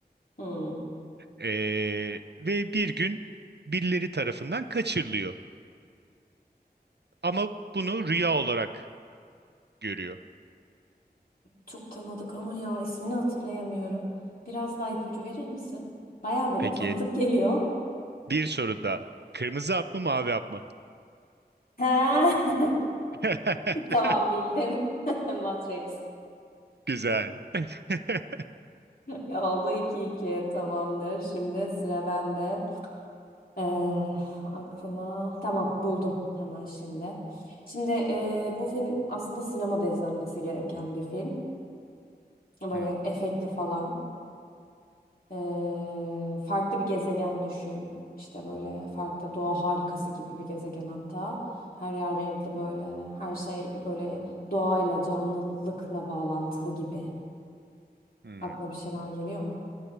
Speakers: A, on the left; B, on the right.
A: Hmm.
B: Ee, ve bir gün birileri tarafından kaçırılıyor. Ama bunu rüya olarak görüyor.
A: Çok tanıdık ama ya ismini hatırlayamıyorum. Biraz daha ipucu verir misin? Baya böyle
B: Peki
A: tanıdık geliyor.
B: bir soru da Kırmızı hap mı mavi hap mı?
A: He. <laughs>
B: <laughs>
A: Tamam bildim. <laughs> Matrix.
B: Güzel. <laughs>
A: Oldu iki iki tamamdır. Şimdi sıra bende. Ee, aklıma tamam buldum hemen şimdi. Şimdi e, bu film aslında sinemada izlenmesi gereken bir film. Böyle
B: Hmm,
A: efektli falan. Ee, farklı bir gezegen düşün. İşte böyle farklı doğa harikası gibi bir gezegen hatta. Her yer renkli böyle. Her şey böyle doğayla, canlılıkla bağlantılı gibi.
B: hmm.
A: Aklına bir şeyler geliyor mu?